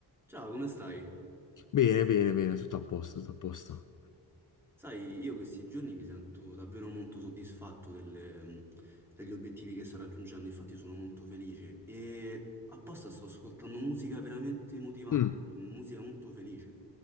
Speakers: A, in the centre; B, on the left (about 50°).
A: Ciao, come stai?
B: Bene, bene, bene, tutto a posto, tutto a posto.
A: Sai, io questi giorni mi sento davvero molto soddisfatto delle, mh, degli obiettivi che sto raggiungendo, infatti sono molto felice e apposta sto ascoltando musica veramente motivante,
B: Mm,
A: musica molto felice.